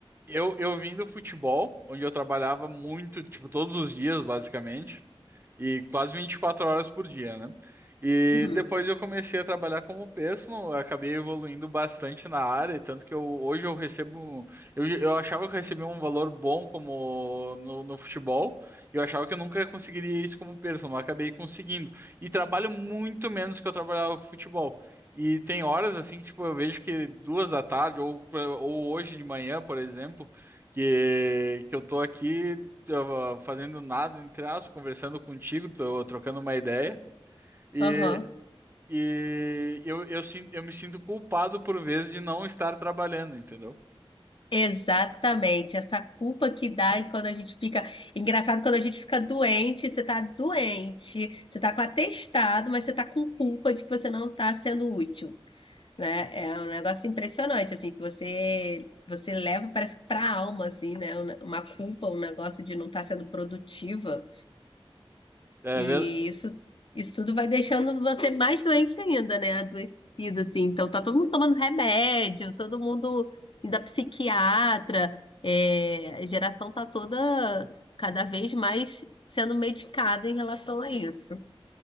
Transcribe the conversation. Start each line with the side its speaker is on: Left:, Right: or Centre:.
Right: Eu, eu vim do futebol, onde eu trabalhava muito, tipo, todos os dias, basicamente, e quase 24 horas por dia, né? E
Left: Uhum.
Right: depois eu comecei a trabalhar como personal, eu acabei evoluindo bastante na área, tanto que eu, hoje eu recebo. Eu, eu achava que eu recebia um valor bom como no, no futebol, e eu achava que eu nunca conseguiria isso como personal, mas acabei conseguindo. E trabalho muito menos que eu trabalhava com futebol. E tem horas assim, tipo, eu vejo que duas da tarde, ou, pra- ou hoje de manhã, por exemplo, que, que eu tô aqui eu, fazendo nada, entre aspas, conversando contigo, tô trocando uma ideia, e,
Left: Aham.
Right: e eu, eu, sin- eu me sinto culpado por vezes de não estar trabalhando, entendeu?
Left: Exatamente, essa culpa que dá e quando a gente fica. Engraçado, quando a gente fica doente, você tá doente, você tá com atestado, mas você tá com culpa de que você não tá sendo útil, né? É um negócio impressionante, assim, que você você leva, parece que pra alma, assim, né? Uma culpa, um negócio de não estar sendo produtiva.
Right: É,
Left: E
Right: ver-
Left: isso, isso tudo vai deixando você mais doente ainda, né? Adoecido, assim. Então, tá todo mundo tomando remédio, todo mundo indo a psiquiatra. É, a geração tá toda cada vez mais sendo medicada em relação a isso.